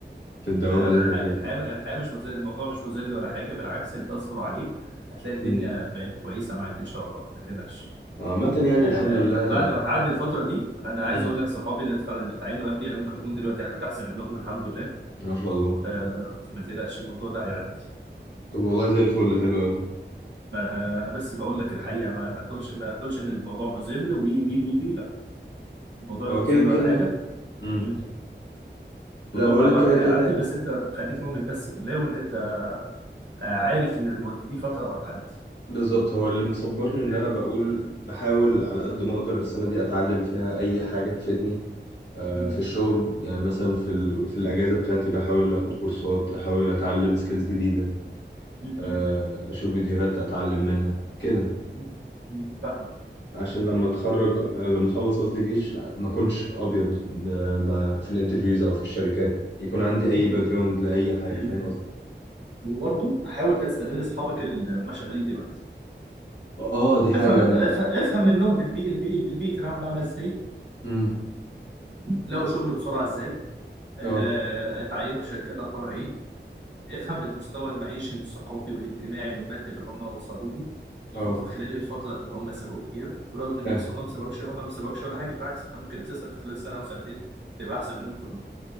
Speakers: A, on the left (about 70°); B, on the right (about 75°).
A: في الدوامه
B: لا لا
A: اللي احنا
B: الحياة الحياة الحياة مش مذل الموضوع مش مذل ولا حاجة بالعكس أنت اصبر عليه هتلاقي الدنيا
A: فيها
B: بقت كويسة معاك إن شاء الله ما تقلقش
A: عامة يعني
B: آه
A: الحمد لله
B: ب- بعد ما تعدي الفترة دي أنا عايز
A: مم.
B: أقول لك صحابي اللي اتخرجوا اللي اتعينوا قبلي أنا ممكن يكون دلوقتي حالتي أحسن منهم الحمد لله
A: ما شاء الله
B: آه فما تقلقش الموضوع ده هيعدي
A: طب والله زي الفل حلو أوي
B: ما أنا بس بقول لك الحقيقة ما, ما تقولش ما تقولش إن الموضوع مذل وي وي وي وي لا الموضوع لا
A: هو
B: مذل
A: كده كده
B: ولا حاجة
A: مم.
B: مم.
A: لا
B: الموضوع
A: بقولك
B: مع الوقت
A: كده
B: هيعدي
A: كده
B: بس أنت خليك مؤمن بس بالله وإن أنت آه، عارف إن الم- دي فترة وهتعدي
A: بالظبط هو اللي مصبرني إن أنا بقول بحاول على قد ما أقدر السنة دي أتعلم فيها أي حاجة تفيدني آه،
B: <clears throat>
A: في الشغل يعني مثلا في ال... في الأجازة بتاعتي بحاول آخد كورسات أحاول أتعلم سكيلز جديدة
B: مم.
A: آه، أشوف فيديوهات أتعلم منها كده
B: مم. مم. فاهمك
A: عشان لما اتخرج لما اخلص قصدي جيش ما اكونش ابيض ما ما- في الانترفيوز او في الشركات يكون عندي اي
B: مم.
A: باك جراوند لاي حاجه
B: <clears throat>
A: فاهم قصدي
B: وبرضه حاول تستغل اصحابك اللي هم شغالين دلوقتي
A: اه دي حاجه
B: افهم افهم
A: انا
B: افهم منهم البيئه البيئه البيئه العمل عامله ازاي
A: امم
B: لقوا شغل بسرعه ازاي آه،
A: اه
B: اتعينوا في شركات اخبارها ايه افهم المستوى المعيشي والثقافي والاجتماعي والمادي اللي هم وصلوا له الفتره
A: اه
B: خلال الفتره اللي هم سبقوك فيها ورغم ان
A: فاهم
B: مش هم ما سبقوش هم ما سبقوش ولا حاجه بالعكس انت ممكن اساسا في خلال سنه او سنتين تبقى احسن منهم كلهم